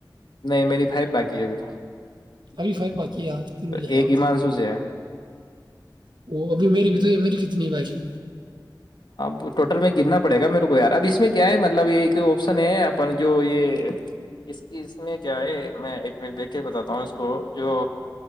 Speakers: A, on the left; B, on the right.
A: نہیں میری فائف باقی ہے ابھی
B: خالی فائو باقی ہے جی ہاں تو پھر ہو جائے
A: ایک
B: گاؤ
A: ایمانسو سے ہے
B: وہ ابھی میری بھی تو میری کتنی باقی
A: ب ٹوٹل میں گرنا پڑے گا میرے کو یار اب اس میں کیا ہے مطلب یہ ایک آپشن ہے اپن جو یہ اس اس میں کیا ہے میں ایک مٹ دیکے بتاتا ہوں اس کو جو